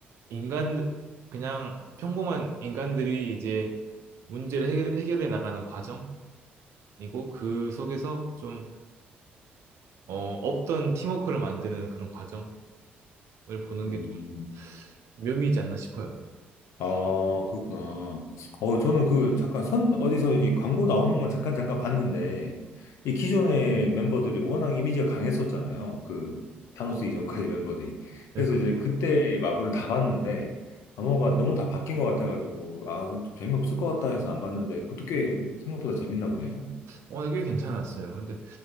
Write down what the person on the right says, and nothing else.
인간 그냥 평범한 인간들이 이제 문제를 해결, 해결해 나가는 과정 이고 그 속에서 좀 어, 없던 팀워크를 만드는 그런 과정을 보는
게 좀 묘미이지 않나 싶어요.
네,
그,
렇
어, 꽤 괜찮았어요. 근데